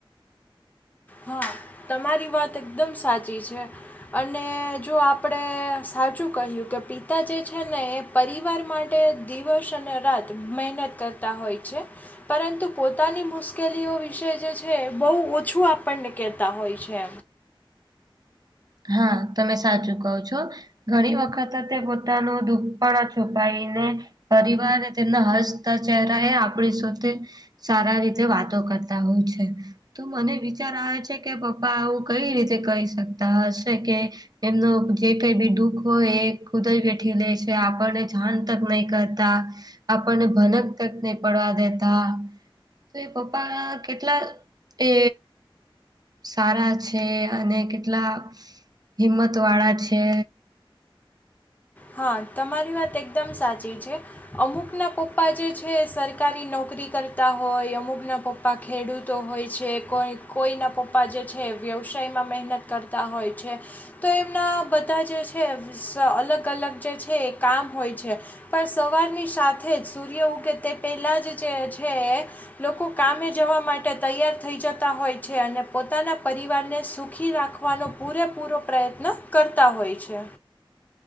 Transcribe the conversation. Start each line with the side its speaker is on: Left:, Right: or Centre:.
Left: હા તમારી વાત એકદમ સાચી છે. અને જો આપડે સાચું કહ્યું કે પિતા જે છે ને પરિવાર માટે દિવસ-રાત મહેનત કરતા હોય છે. પરંતુ પોતાની મુશ્કેલીઓ વિશે જે છે બહુ ઓછું આપણને કહેતા હોય છે.
Right: હા તમે સાચું કહો છો. ઘણી વખત તેઓ પોતાનું દુઃખ છુપાવીને... પરિવારના તે ના હસતા ચહેરા એ આપણે સાથે સારી રીતે વાતો કરતા હોય છે. તો મને વિચાર આવે છે કે પપ્પા આ બધું કેવી રીતે કરી શકતા હશે કે. એમનુ જે કંઈ પણ દુઃખ હોય એ ખુદયે વઠીલેશે આપણને જાણ તક નહિ કરતાં. આપણને ભનક તક પડવા દેતા. ને પપ્પા કેટલા એ સારા છે અને કેટલા હિંમતવાળા છે.
Left: હા, તમારી વાત એકદમ સાચી છે. અમુકના પપ્પા સરકારી નોકરી કરતા હોય અમુકના પપ્પ પપ્પા ખેડૂતો હોય છે, કોઈ કોઈના પપ્પા જે છે વ્યવસાયમાં મહેનત કરતા હોય છે. તો એમના બધા જે છે સ અલગ અલગ જે છે એ કામ હોય છે. પણ સવારની સાથે જ સૂર્ય ઉગે તે પહેલા જ જે છે. લોકો કામે જવા માટે તૈયાર થઈ જતા હોય છે અને પોતાના પરિવારને સુખી રાખ ખવાનો પૂરેપૂરો પ્રયત્ન કરતા હોય છે.